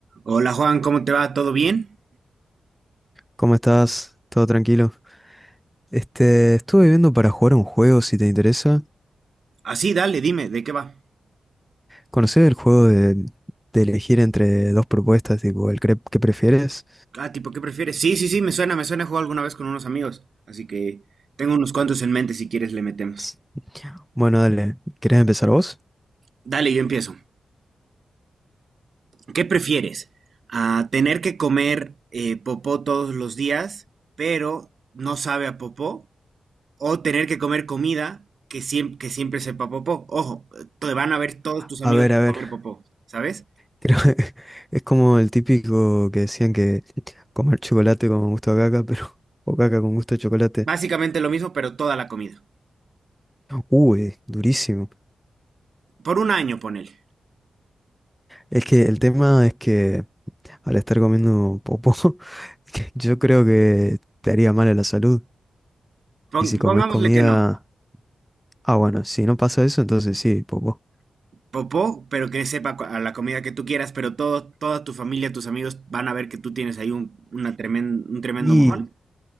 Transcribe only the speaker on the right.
Hola Juan, ¿cómo te va? ¿Todo bien?
Así, dale, dime, ¿de qué va?
Ah, tipo, ¿qué prefieres? Sí, sí, sí, me suena, me suena, he alguna vez con unos amigos, así que tengo unos cuantos en mente, si quieres le metemos.
Dale, yo empiezo. ¿Qué prefieres? ¿A tener que comer eh, popó todos los días, pero no sabe a popó? ¿O tener que comer comida que, siem- que siempre sepa popó? Ojo, te van a ver todos tus
amigos
comer
popó, ¿sabes?
Básicamente lo mismo, pero toda la comida.
Por un año, ponele.
Pon-
pongámosle
que no.
popó, pero que sepa cu- a la comida que tú quieras, pero todo, toda tu familia, tus amigos van a ver que tú tienes ahí un, una tremen- un tremendo
mojón.